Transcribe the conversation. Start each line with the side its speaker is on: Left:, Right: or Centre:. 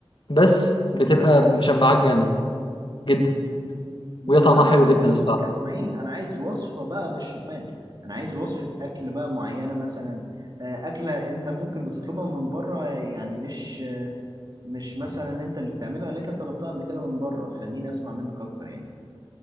Left: بس بتبقى مشبعاك جامد جدا
Right: بس
Left: وهي طعمها
Right: أنا بقى
Left: حلو
Right: بكلمك
Left: جدا الصراحه
Right: يا إسماعيل أنا عايز وصفة بقى مش شوفان أنا عايز وصفة أكل بقى معينة مثلا آه، أكلة أنت ممكن بتطلبها من بره يعني مش مش مثلا أنت اللي بتعملها لكن طلبتها قبل كده من بره خليني أسمع منك أكتر يعني